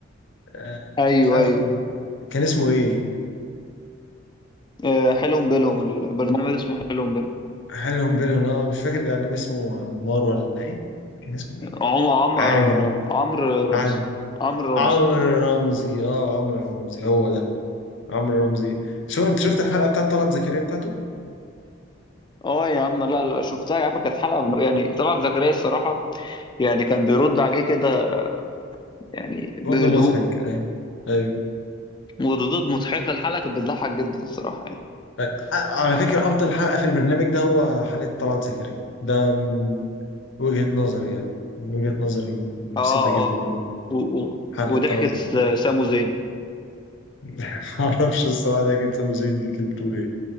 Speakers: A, on the left; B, on the left.
A: آه،
B: ايوه
A: مش عارف
B: ايوه
A: مين. كان اسمه ايه
B: آه، حلو بالهم البرنامج اسمه حلو بالهم
A: حالهم بينهم اه مش فاكر الاعلام اسمه عمار ولا ايه كان اسمه ايه
B: عم عم
A: عامر
B: آه، عمرو رمزي
A: عامر
B: عمرو
A: عمرو
B: رمزي
A: رمزي اه عمرو رمزي هو ده عمرو رمزي شو انت شفت الحلقه بتاعت طلعت زكريا بتاعته
B: اه يا عم لا لا شفتها يا عم كانت حلقه يعني طلعت زكريا الصراحه يعني كان بيرد عليه كده يعني بهدوء
A: رد مضحك ايوه ايوه
B: وردود مضحكه الحلقه كانت بتضحك جدا الصراحه يعني
A: آه، على
B: ف اه
A: فكره افضل حلقه في البرنامج ده هو حلقه طلعت زكريا ده من وجهه نظري يعني من وجهه نظري
B: اه
A: بسيطه جدا إن
B: و... و...
A: حلقه
B: وضحكه
A: طلعت زكريا
B: سامو زين
A: <laughs> معرفش الصراحه ده كانت سموزين دي كانت بتقول إيه.